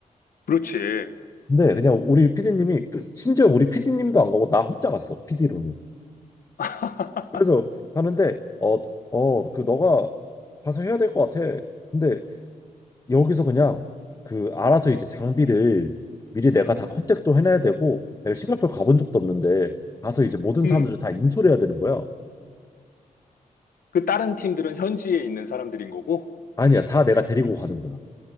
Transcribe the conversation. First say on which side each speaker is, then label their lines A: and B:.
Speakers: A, on the left (about 75°); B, on the left (about 25°).
A: 그렇지.
B: 근데 그냥 우리 피디님이 그- 심지어 우리 피디님도 안 가고 나 혼자 갔어 피디로는.
A: <laughs>
B: 그래서 가는데 어 어 그 너가 가서 해야 될 것 같아. 근데 여기서 그냥 그 알아서 이제 장비를 미리 내가 다 컨택도 해놔야 되고 내가 싱가포르 가본 적도 없는데 가서 이제 모든
A: 음.
B: 사람들을 다 인솔해야 되는 거야.
A: 그 다른 팀들은 현지에 있는 사람들인 거고,
B: 아니야, 다 내가 데리고 가는 거야.